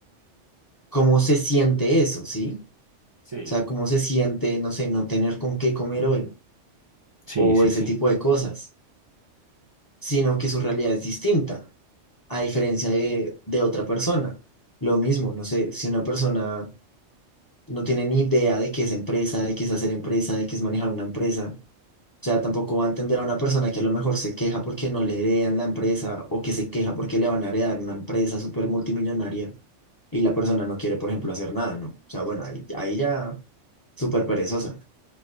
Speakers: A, on the left (about 20°); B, on the right (about 30°).
A: cómo se siente eso, ¿sí?
B: Sí.
A: O sea, cómo se siente, no sé, no tener con qué comer hoy
B: Sí,
A: o
B: sí,
A: ese
B: sí.
A: tipo de cosas, sino que su realidad es distinta, a diferencia de, de otra persona. Lo mismo, no sé, si una persona no tiene ni idea de qué es empresa, de qué es hacer empresa, de qué es manejar una empresa, o sea, tampoco va a entender a una persona que a lo mejor se queja porque no le heredan la empresa o que se queja porque le van a heredar una empresa súper multimillonaria y la persona no quiere, por ejemplo, hacer nada, ¿no? O sea, bueno, ahí, ahí ya súper perezosa.